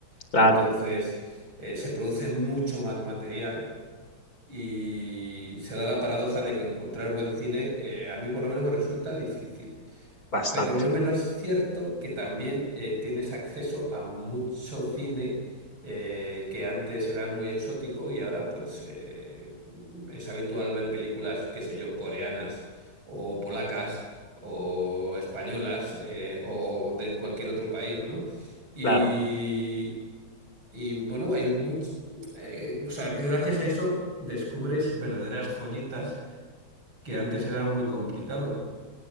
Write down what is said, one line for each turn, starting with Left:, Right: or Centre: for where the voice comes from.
Left: Claro,
Right: Entonces eh, se produce mucho más material y se da la paradoja de que encontrar buen cine eh, a mí por lo menos me resulta difícil.
Left: bastante,
Right: Pero no es menos cierto que también eh, tienes acceso a mucho cine eh, que antes era muy exótico y ahora pues eh, es habitual ver películas, qué sé yo, coreanas o polacas o españolas eh, o de cualquier otro país, ¿no? Y,
Left: claro.
Right: y, bueno, hay mucho, o sea, que gracias a eso descubres verdaderas joyitas que antes era muy complicado.